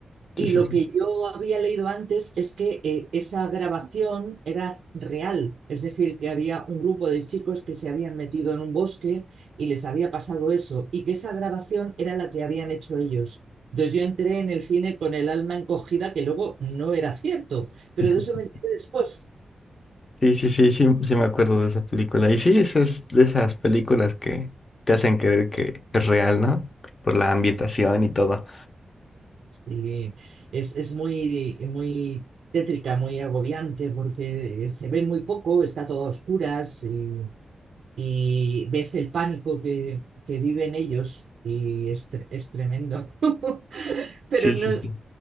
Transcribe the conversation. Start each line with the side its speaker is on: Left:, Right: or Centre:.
Left: sí,
Right: Y
Left: sí,
Right: lo
Left: sí.
Right: que yo había leído antes es que eh, esa grabación era real, es decir, que había un grupo de chicos que se habían metido en un bosque y les había pasado eso, y que esa grabación era la que habían hecho ellos. Entonces yo entré en el cine con el alma encogida, que luego no era cierto, pero
Left: <laughs>
Right: de eso me enteré después.
Left: Sí, sí, sí, sí, sí me acuerdo de esa película. Y sí, eso es de esas películas que te hacen creer que es real, ¿no? Por la ambientación y todo.
Right: Sí, es, es muy, muy tétrica, muy agobiante, porque se ve muy poco, está todo a oscuras. Y y ves el pánico que, que viven ellos y es, tre- es tremendo. <laughs> Pero
Left: Sí,
Right: no,
Left: sí, sí.